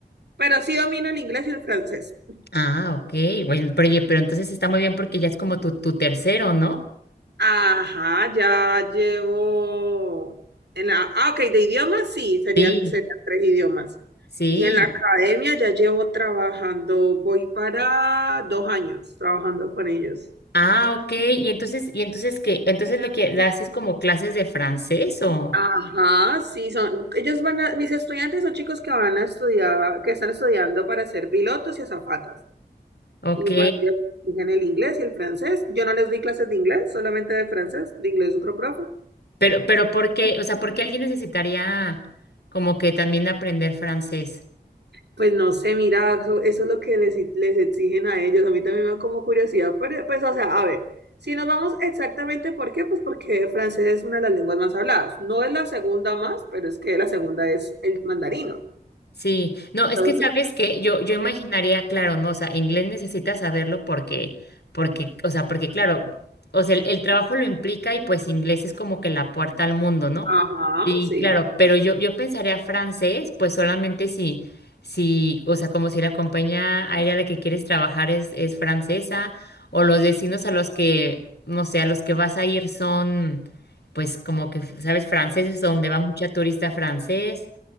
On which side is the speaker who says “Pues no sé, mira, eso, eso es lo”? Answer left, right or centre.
Right